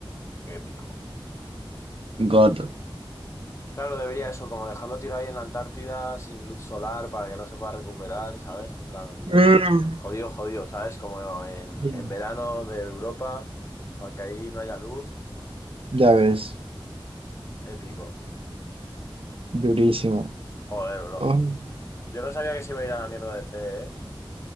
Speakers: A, on the left; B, on the right.
A: épico.
B: God.
A: Claro, debería eso, como dejarlo tirado ahí en la Antártida sin luz solar para que no se pueda recuperar, ¿sabes? En plan,
B: Mm.
A: jodido, jodido, ¿sabes? Como en,
B: Sí,
A: en verano de Europa, para que ahí no haya luz,
B: Ya ves,
A: épico.
B: durísimo.
A: Joder, bro.
B: Ay,
A: Yo no sabía que se iba a ir a la mierda de C, ¿eh?